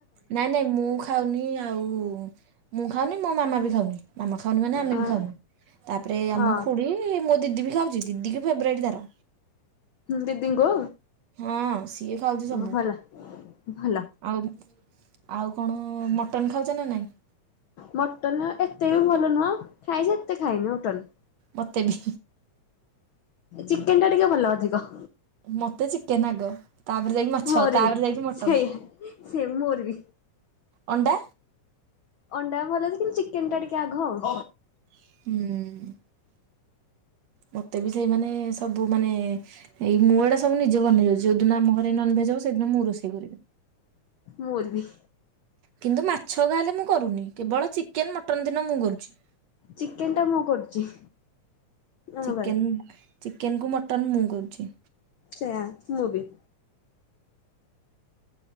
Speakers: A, on the right (about 65°); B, on the left (about 85°).
A: ନାଇଁ ନାଇଁ ମୁଁ ଖାଉନି ଆଉ ମୁଁ ଖାଉନି ମୋ ମାମା ବି ଖାଉନି ମାମା। ଖାଉନି ମାନେ ଆମେ
B: ହଁ।
A: ବି ଖାଉନୁ ତାପରେ
B: ହଁ
A: ଆମ ଖୁଡି ମୋ ଦିଦି ବି ଖାଉଛି ଦିଦି କି ଫେବରାଇଟ ତାର
B: ଦିଦିଙ୍କୁ
A: ହଁ ସିଏ ଖାଉଛି ସବୁ।
B: ଭଲ ଭଲ।
A: ଆଉ ଆଉ କଣ ମଟନ ଖାଉଛ ନା ନାଇଁ?
B: ମଟନ ଏତେ ବି ଭଲ ନୁହଁ ଖାଏଯେ ଏତେ ଖାଇନି ମଟନ।
A: ମତେ ବି।
B: ଚିକେନ ଟା ଟିକେ ଭଲ ଅଧିକ।
A: ମତେ ଚିକେନ ଆଗ ତାପରେ ଯାଇକି ମାଛ
B: ମୋର
A: ତାପରେ
B: ବି
A: ଯାଇକି ମଟନ।
B: ସେଇଆ ସେ ମୋର ବି
A: ଅଣ୍ଡା
B: ଅଣ୍ଡା ଭଲ ଅଛି କିନ୍ତୁ ଚିକେନ ଟା ଟିକେ ଆଘ ଆଉ
A: ହୁଁ। ମତେ ବି ସେଇମାନେ ସବୁ ମାନେ ଏଇ ମୁଁ ଏଡା ସବୁ ନିଜେ ବନେଇ ଦଉଛି ଯୋଉଦିନ ଆମ ଘରେ ନନଭେଜ ହବ ସେଦିନ ମୁଁ ରୋଷେଇ କରିବି।
B: ମୋର ବି।
A: କିନ୍ତୁ ମାଛ ହେକା ହେଲେ ମୁଁ କରୁନି କେବଳ ଚିକେନ ମଟନ ଦିନ ମୁଁ କରୁଛି।
B: ଚିକେନ ଟା ମୁଁ କରୁଛି। ଆମ
A: ଚିକେନ
B: ଘରେ
A: ଚିକେନ କୁ ମଟନ ମୁଁ କରୁଛି।
B: ସେୟା ମୁଁ ବି।